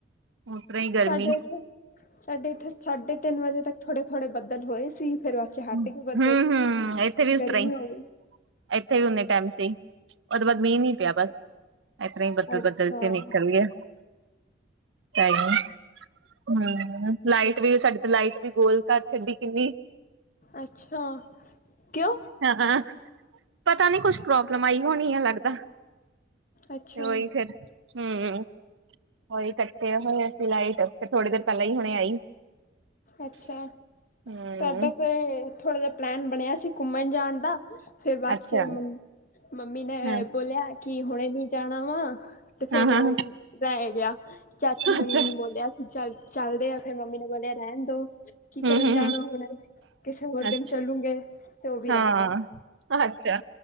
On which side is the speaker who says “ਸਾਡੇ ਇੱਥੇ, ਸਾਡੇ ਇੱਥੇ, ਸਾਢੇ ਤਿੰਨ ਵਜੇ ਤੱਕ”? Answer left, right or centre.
Left